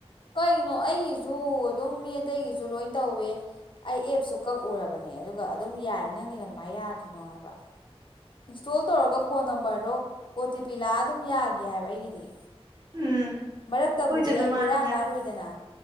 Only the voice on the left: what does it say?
ꯀꯩꯅꯣ ꯑꯩꯒꯤꯁꯨ ꯑꯗꯨꯝ ꯃꯤ ꯑꯇꯩꯒꯤꯁꯨ ꯂꯣꯏ ꯇꯧꯋꯦ ꯑꯩ ꯑꯦꯞꯁꯨ ꯀꯛꯎꯔꯕꯅꯦ ꯑꯗꯨꯒ ꯑꯗꯨꯝ ꯌꯥꯏ ꯅꯪꯒꯤꯅ ꯀꯃꯥꯏꯅ ꯌꯥꯗ꯭ꯔꯤꯅꯣ ꯍꯥꯏꯕ ꯏꯟꯁꯇꯣꯜ ꯇꯧꯔꯒ ꯐꯣꯟ ꯅꯝꯕꯔꯗꯣ ꯑꯣ ꯇꯤ ꯄꯤ ꯂꯥꯛꯑ ꯑꯗꯨꯝ ꯌꯥꯒꯤ ꯍꯥꯏꯕ ꯑꯩꯒꯤꯗꯤ
ꯃꯔꯛꯇꯕꯨꯗꯤ
ꯑꯩ
ꯕꯦꯔꯥ ꯀꯥꯔꯨꯏꯗꯅ